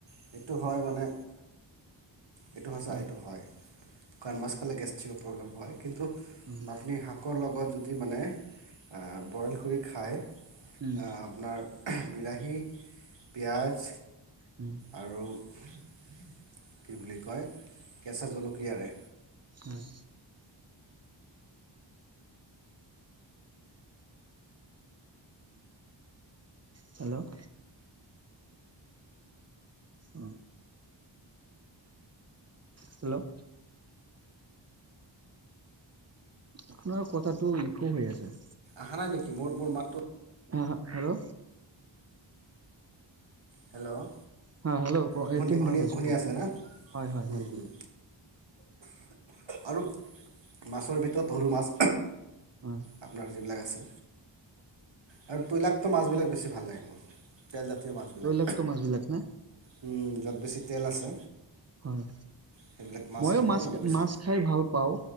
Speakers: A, on the right; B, on the right.
A: সেইটো হয় মানে। এইটো সঁচা
B: উম
A: এইটো হয় শুকান মাছ খালে গেছ থিক প্ৰব্লেম হয়। কিন্তু
B: উম
A: আপুনি শাকৰ লগত যদি মানে আ'। বইল কৰি খায়। আ,
B: উম
A: আপোনাৰ। বিলাহী। পিঁয়াজ।
B: উম
A: আৰু কি বুলি কয় কেঁচা জলকীয়াৰে?
B: হয়। হেল্ল '। উ'ম, হেল্ল '। আপোনাৰ কথাটো ইকো হৈ আছে।
A: আহা নাই নেকি? মোৰ মোৰ মাতটো।
B: হা, হা হেলো।
A: হেল্ল'
B: হা, হেলো ক'
A: শুনি
B: এতিয়া শুনা
A: শুনি
B: পাইছোঁ
A: শুনি
B: কওকচোন
A: আছে না
B: হয়, হয়,
A: হুম
B: হয়।
A: হুম। আৰু মাছৰ ভিতৰত সৰু মাছ।
B: হয়
A: আপোনাৰ যিবিলাক আছে। আৰু তৈলাক্ত মাছবিলাক বেছি ভাল লাগে মোৰ। তেলজাতীয় মাছবিলাক।
B: তিলক্ত মাছ বিলাক না।
A: উ'ম, য'ত বেছি তেল আছে।
B: হয়।
A: সেইবিলাক
B: মইও
A: খালে
B: মাছ,
A: মানে বেছি
B: মাছ খাই ভাল পাওঁ।